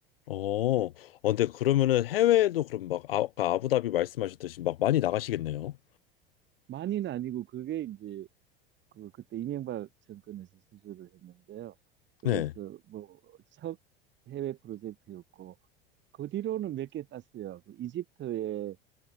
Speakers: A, on the left; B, on the right.
A: 어, 어, 근데 그러면은 해외에도 그럼 막 아, 아까 아부다비 말씀하셨듯이 막 많이 나가시겠네요.
B: 많이는 아니고 그게 이제 그 그때 이명박 정권에서 수주를 했는데요. 그래서
A: 네.
B: 뭐 첫 해외 프로젝트였고 그 뒤로는 몇 개 땄어요. 그 이집트의